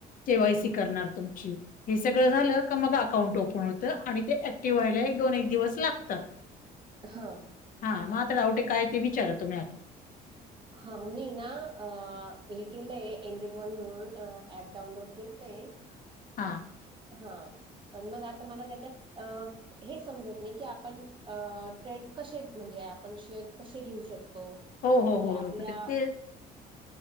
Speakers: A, on the left (about 55°); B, on the right (about 30°).
A: केवायसी करणार तुमची हे सगळं झालं का मग, अकाउंट ओपन होतं आणि ते ऍक्टिव्ह व्हायला एक दोन एक दिवस लागतात.
B: हा.
A: हा मग आता डाउट काय ते विचारा तुम्ही आता?
B: हा मी ना ते हे केलंय एंजल वन म्हणून ॲप डाऊनलोड केलय.
A: हा.
B: हा पण मग, आता मला त्याच्यात अ हे समजत नाही की आपण अ ट्रेड कसे म्हणजे आपण शेअर कसे घेऊ शकतो?
A: हो
B: म्हणजे
A: हो हो हो,
B: आपल्या
A: मग ते पेर